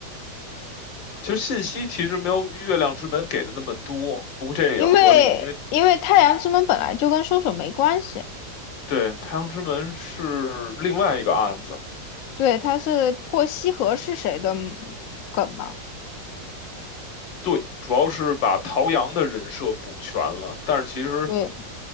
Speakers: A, on the left (about 85°); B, on the left (about 65°).
A: 其实信息其实没有月亮之门给的那么多，不过这也合理，
B: 因为因为太阳之门本来就跟凶手没关系，
A: 因为对，《太阳之门》是另外一个案子，
B: 对，它是破西河是谁的梗嘛？
A: 对，主要是把陶阳的人设补全了。但是其实，
B: 对，